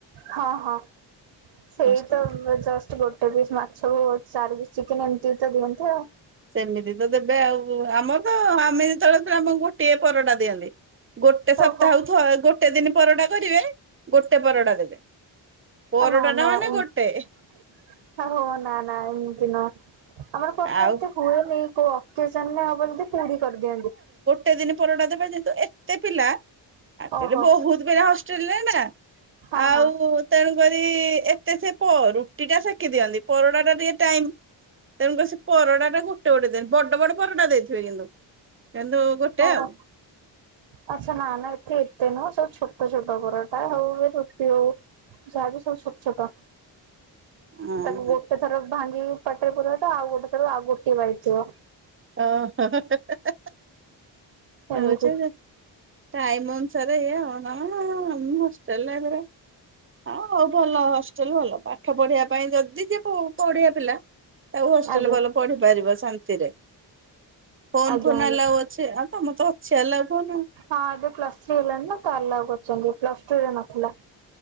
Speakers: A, on the right; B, on the right.
A: ହଁ ହଁ। ସେଇ
B: ହଷ୍ଟେଲ
A: ତ ଜଷ୍ଟ ଗୋଟେ ପିସ୍ ମାଛକୁ ଚାରି ପିସ୍ ଚିକେନ ଏମତି ତ ଦିଅନ୍ତ ଆଉ।
B: ସେମିତି ତ ଦେବେ ଆଉ ଆମର ତ ଆମେ ଯେତେବେଳେ ଆମକୁ ଗୋଟିଏ ପରଟା ଦିଅନ୍ତି। ଗୋଟେ
A: ଓହୋ
B: ସପ୍ତାହକୁ ଥ ଗୋଟେ ଦିନ ପରଟା କରିବେ ଗୋଟେ ପରଟା ଦେବେ। ପରଟା
A: ନା ନା
B: ଟା ମାନେ
A: ଓନ୍
B: ଗୋଟେ
A: ଆ ହୋ ନା ନା ଏମତିି ନୁହଁ। ଆମର ଘରର
B: ଆଉ
A: ଏତେ ହୁଏନି କୋଉ ଅକେଜନରେ ହବ ଯଦି ପୁରୀ କରିଦିଅନ୍ତି।
B: ତେ ଦିନ ପରଟା ଦେବେ କିନ୍ତୁ ଏତେ ପିଲା ଆକଚୁଆଲି
A: ଓହୋ
B: ବହୁତ ପିଲା ହଷ୍ଟେଲରେ ନା
A: ହଁ
B: ଆଉ
A: ହଁ
B: ତେଣୁ କରି ଏତେ ସେ ପ ରୁଟି ଟା ସେକି ଦିଅନ୍ତି ପରଟା ଟା ଟିକେ ଟାଇମ ତେଣୁ କରି ସେ ପରଟା ଟା ଗୋଟେ ଗୋଟେ ଦିଅନ୍ତି ବଡ ବଡ ପରଟା ଦେଇଥିବେ କିନ୍ତୁ, କିନ୍ତୁ ଗୋଟେ
A: ଓ ହୋ।
B: ଆଉ
A: ଆଚ୍ଛା ନା ନା ଏଠି ଏତେ ନୁହଁ ସବୁ ଛୋଟ ଛୋଟ ପରଟା ହଉ ଏ ରୁଟି ହଉ ଯାହା ବି ସବ୍ ଛୋଟ୍ ଛୋଟ
B: ହଁ
A: ତାକୁ ଗୋଟେ ଥର ଭାଙ୍ଗି କି ପାଟରେ ପୁରେଇବା ତ ଆଉ ଗୋଟେ ଥର ଆଉ ଗୋଟେ ବାଇଟ୍ ଥିବ।
B: ଓ ହଁ ହଁ ହେ ହେ ହେ ହେ
A: ଏମିତି
B: ଓ ଆଚ୍ଛା ଆଚ୍ଛା। ଟାଇମ ଅନୁସାରେ ଏହା ନହେଲେ ମୁଁ ହଷ୍ଟେଲ ୟାଥିରେ ହଁ ହଉ ଭଲ ହଷ୍ଟେଲ ଭଲ ପାଠ ପଢିବା ପାଇଁ ଯଦି ଯେ ପ ପଢ଼ିବା ପିଲା ଆଉ ହଷ୍ଟେଲରେ
A: ଆଜ୍ଞା
B: ଭଲ ପଢିପାରିବ ଶାନ୍ତିରେ ଫୋନ
A: ଆଜ୍ଞା
B: ଫୋନ
A: ଆଜ୍ଞା
B: ଆଲ୍ଲୋଉ ଅଛି ଆଉ ତମର ତ ଅଛି ଆ ଲାଗୁନି ଆଉ।
A: ହଁ ଏବେ ପ୍ଲସ୍ ଥ୍ରୀ ହେଲାଣିି ନା ତାର ଲାଗୁ ଅଛନ୍ତି ପ୍ଲସ୍ ଟୁ ରେ ନଥିଲା।